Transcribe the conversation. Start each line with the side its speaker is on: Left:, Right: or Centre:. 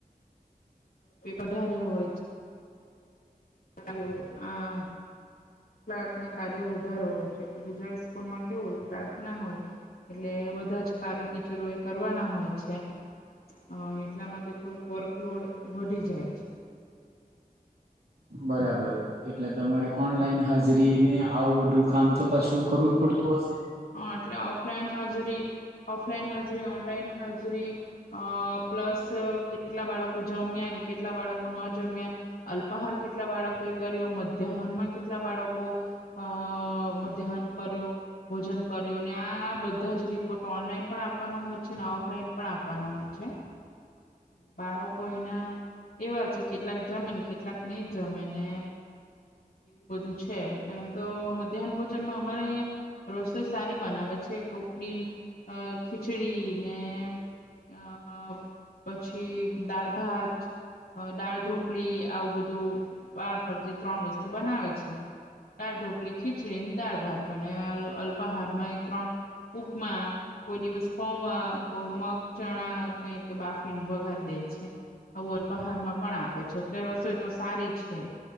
Left: વધારે હોય છે આનું આ ક્લાર્ક ના કાર્યો વધારે હોય છે. ગુજરાતી સ્કૂલમાં કેવું હોય ક્લાર્ક ના હોય. એટલે બધા જ કાર્યો ટીચરો એ કરવાના હોય છે. અહ એટલા માટે થોડુંક વર્કલોડ વધી જાય છે.
Right: બરાબર. એટલે તમારી ઓનલાઈન
Left: છે
Right: હાજરી ને આવું બધું કામ તો પાછું કરવું જ પડતું હશ
Left: હા એટલે ઓફલાઈન હાજરી ઓફલાઈન હાજરી, ઓનલાઈન હાજરી. અ પ્લસ કેટલા બાળકો જમ્યા. કેટલા બાળકો ન જમ્યા અલ્પાહાર, કેટલા બાળકોએ કર્યો, મધ્યાહનમાં કેટલા બાળકો અ મધ્યાહન કર્યું ભોજન કર્યું ને આ બધા જ રિપોર્ટ ઓનલાઈન પણ આપવાના હોય છે અનેને ઓફલાઈન પણ આપવાના હોય છે હ બાળકોઈ ના એવા છે કેટલાક જમે ને કેટલાક નહી જમે ને બધું છે એમ તો મધ્યાહન ભોજનમાં અમારે અહીંયા રસોઈ સારી બનાવે છે કોકડી અ ખીચડી ને આ પછી દાળભાત હ દાળ ઢોકળી આવું બધું વારાફરતી ત્રણ વસ્તુ બનાવે છે આ ઢોકળી ખીચડી ને દાળ ભાત અને અલ્પાહારમાં એ ત્રણ ઉપમા કોઈ દિવસ પોવા કો મગ ચણા કઈક બાફ વગાર દે છે. અવ પહાડમાં પણ આપે છે એટલે રસોઈ તો સારી છે.